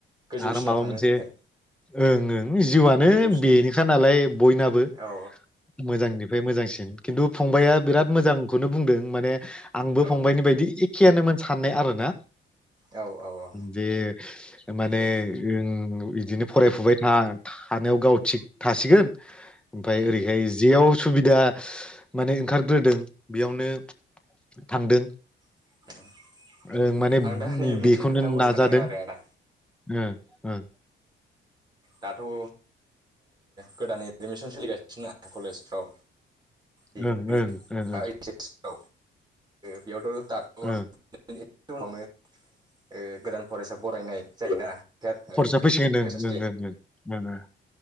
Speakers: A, on the right; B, in the centre.
A: गोजौसिनाव
B: आरो माबा
A: थांनो
B: मोनसे
A: थाखाय
B: ओं ओं जिउआनो
A: गोजौसिनाव
B: बेनोखा नालाय बयनाबो
A: औ
B: मोजांनिफ्राय मोजांसिन किन्थु फंबाया बिराद
A: औ
B: मोजां खौनो बुंदों माने आंबो
A: औ
B: फंबायनि बायदि एखेयानोमोन। साननाय आरो ना?
A: औ औ
B: जे माने
A: औ ओ
B: ओं इदिनो फरायफुबाय था। थानायानायाव गाव थिग थासिगोन। ओमफ्राय
A: उम
B: ओरैहाय बेयाव सुबिदा माने ओंखारग्रोदों बेयावनो थांदों।
A: <inaudible>
B: ओ माने
A: आं दा नैबे मोनसे
B: बेखौनो
A: खोथा गोसोखांदों
B: नाजादों
A: आरो आदा
B: ओ ओ
A: दाथ'ओ गोदानै एडमिसन सोलिगासिनोना कलेजफ्राव। <unintelligible>
B: ओं ओं ओं ओं
A: औ ओ बेयावथ
B: ओं
A: <unintelligible> उनावनो ओ गोदान फरायसा बरायनाय जायोना? फ्रेसार्स
B: फरसायाव फैसोन होनदों नों